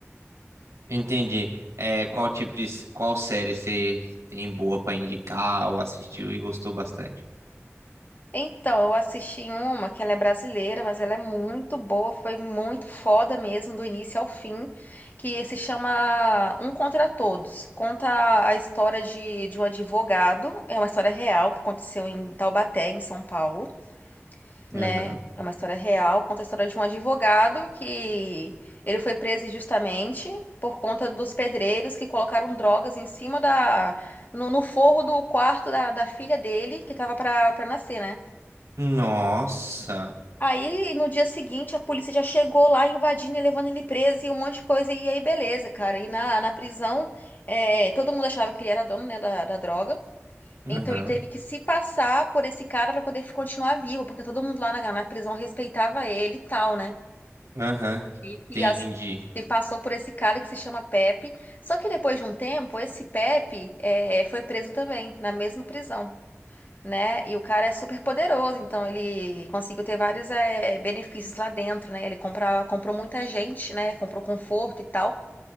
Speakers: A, on the right; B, on the left.
A: Entendi. É, qual tipo de, s- qual série você tem boa pra indicar ou assistiu e gostou bastante?
B: Então, eu assisti uma que ela é brasileira, mas ela é muito boa, foi muito foda mesmo, do início ao fim, que se chama Um Contra Todos. Conta a história de, de um advogado, é uma história real que aconteceu em Taubaté, em São Paulo, né?
A: Aham.
B: É uma história real, conta a história de um advogado que ele foi preso injustamente por conta dos pedreiros que colocaram drogas em cima da... no, no forro do quarto da, da filha dele, que tava pra, pra nascer, né?
A: Nossa.
B: Aí, no dia seguinte, a polícia já chegou lá invadindo e levando ele preso e um monte de coisa. E aí, beleza, cara. E na, na prisão, é, todo mundo achava que ele era dono, né, da, da droga.
A: Aham.
B: Então, ele teve que se passar por esse cara para poder continuar vivo, porque todo mundo lá na, na prisão respeitava ele e tal, né?
A: Aham.
B: E que
A: Entendi.
B: assim, ele passou por esse cara que se chama Pepe. Só que depois de um tempo, esse Pepe, é, foi preso também, na mesma prisão né? E o cara é super poderoso, então ele conseguiu ter vários eh, benefícios lá dentro, né? Ele compra, comprou muita gente, né? Comprou conforto e tal.